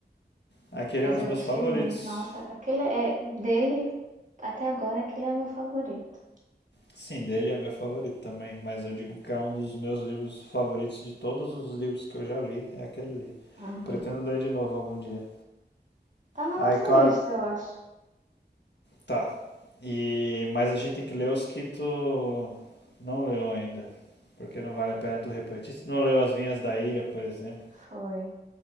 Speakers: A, on the left (about 75°); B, on the right (about 45°).
A: Aquele
B: mas
A: é um dos
B: eu
A: meus
B: gostei
A: favoritos.
B: muito. Nossa, aquele é dele até agora, aquele é meu favorito.
A: Sim, dele é meu favorito também, mas eu digo que é um dos meus livros favoritos de todos os livros que eu já li, é aquele ali.
B: Uhum.
A: Pretendo ler de novo algum dia.
B: Tá na
A: Aí,
B: nossa
A: claro,
B: lista, eu acho.
A: Tá. E mas a gente tem que ler os que tu não leu ainda, porque não vale a pena tu repetir. Se Tu não leu As Vinhas da Ira, por exemplo,
B: Foi.